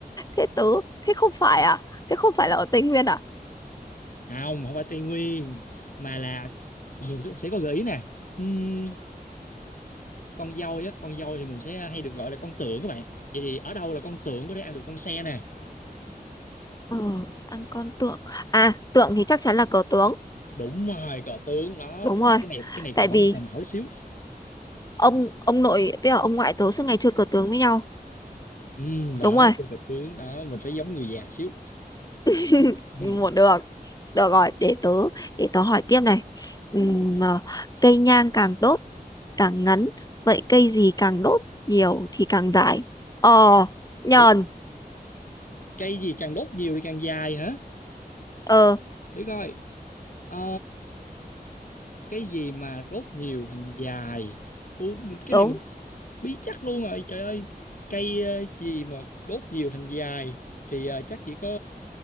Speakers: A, on the left; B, on the left.
A: thế tớ thế không phải à thế không phải là ở Tây Nguyên à
B: không không phải Tây Nguyên mà là mình có- sẽ có gợi ý nè Ừm, con dâu á con dâu thì mình sẽ hay được gọi là con tượng các bạn vậy thì ở đâu là con tượng có thể ăn được con xe nè
A: ờ ăn con tượng à tượng thì chắc chắn là cờ tướng
B: đúng rồi cờ tướng đó
A: đúng rồi
B: cái này cái này
A: tại
B: câu hỏi
A: vì
B: phải xài não tí xíu
A: ông ông nội với cả ông ngoại tớ suốt ngày chơi cờ tướng với nhau
B: Ừm, đó
A: đúng rồi
B: chơi cờ tướng đó mình phải giống người già xíu
A: <laughs>
B: <laughs>
A: một được được rồi để tớ để tớ hỏi tiếp này Ừm, à, cây nhang càng đốt càng ngắn vậy cây gì càng đốt nhiều thì càng dài ờ nhờn
B: ủa cây gì càng đốt nhiều thì càng dài hả
A: ờ
B: để coi ờ, cái gì mà đốt nhiều thành dài Ủa, mình- cái
A: đúng
B: này mình bí chắc luôn rồi trời ơi cây ờ, gì mà đốt nhiều thành dài thì ờ, chắc chỉ có